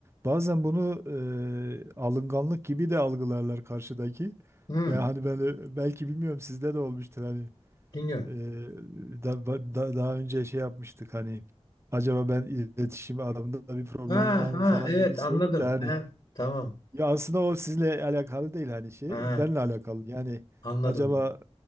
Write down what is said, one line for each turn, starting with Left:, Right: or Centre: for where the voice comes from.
Right: Bazen bunu eee, alınganlık gibi de algılarlar karşıdaki.
Left: hı.
Right: Yani hani ben de- belki bilmiyorum sizde de olmuştur hani
Left: Dinliyorum.
Right: Ee, da, da- daha önce şey yapmıştık hani acaba ben iletişim alanında bir problemim
Left: Ha
Right: var
Left: ha
Right: mı falan
Left: evet
Right: gibi sorunca
Left: anladım.
Right: hani
Left: Hı, tamam.
Right: ya aslında o sizinle alakalı değil hani şey
Left: Ha
Right: benimle alakalı yani
Left: anladım
Right: acaba
Left: hocam.